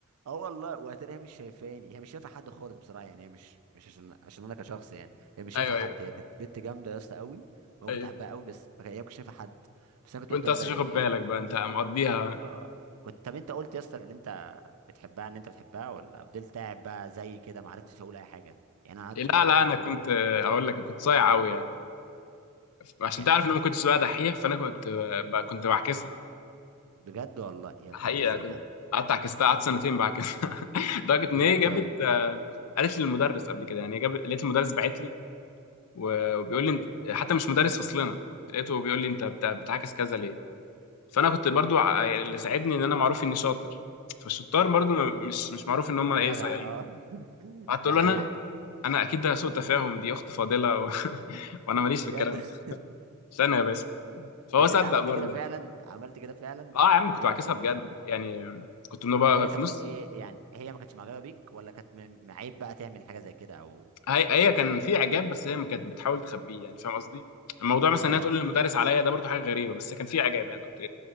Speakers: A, on the right; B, on the left.
A: اه والله وهتلاقيها مش شايفاني هي مش شايفه حد خالص بصراحه يعني هي مش مش عشان عشان انا كشخص يعني هي مش
B: ايوه
A: شايفه حد
B: ايوه
A: هي كانت بنت جامده يا اسطى قوي وانا
B: ايوه
A: كنت بحبها قوي بس ما كان- هي ما كانتش شايفه حد بس انا كنت
B: وانت
A: بفضل
B: اصلا
A: بقى ايه
B: مش واخد بالك
A: يعني
B: بقى انت مقضيها
A: آه كنت طب انت قلت يا اسطى ان انت بتحبها ان انت بتحبها ولا فضلت قاعد بقى زي كده ما عرفتش اقول اي حاجه يعني انا قعدت
B: لا لا انا
A: كل
B: كنت اقول لك كنت صايع قوي يعني عشان
A: يعني
B: تعرف ان انا ما كنتش بقى دحيح فانا كنت بقى كنت بعكسها
A: بجد والله يا
B: حقيقه
A: ابن اللذينه
B: كنت قعدت عكستها قعدت سنتين بعكسها <laughs> لدرجه
A: بجد
B: ان هي جابت
A: والله
B: آه، قالت لي المدرس قبل كده يعني هي جابت لقيت المدرس بعت لي و- وبيقول لي انت حتى مش مدرس فصلنا لقيته بيقول لي انت بت- بتعاكس كذا ليه فانا كنت برضو ع-
A: مم.
B: يعني اللي ساعدني ان انا معروف اني شاطر فالشطار برضو م- مش مش معروف ان هم
A: جدع
B: ايه صايعين
A: اه <laughs>
B: قعدت
A: ده
B: اقول
A: حقيقه
B: له انا انا اكيد ده سوء تفاهم دي اخت فاضله و... <laughs> وانا ماليش
A: بجد
B: في الكلام ده
A: <laughs>
B: استنى يا باشا فهو
A: بس
B: صدق
A: انت عملت
B: برضو
A: كده فعلا
B: يعني
A: عملت كده فعلا
B: اه يا عم كنت
A: يا
B: بعكسها
A: ابن اللذين
B: بجد يعني كنت من بقى
A: طب وهي
B: في
A: كان
B: نص
A: بقى ايه يعني هي ما كانتش معجبه بيك ولا كانت م- معيب بقى تعمل حاجه زي كده او
B: هي هي كان في اعجاب بس هي ما كانت بتحاول تخبيه يعني فاهم قصدي الموضوع مثلا
A: اه
B: انها تقول للمدرس عليا ده برضو حاجه غريبه بس كان في اعجاب يعني كنت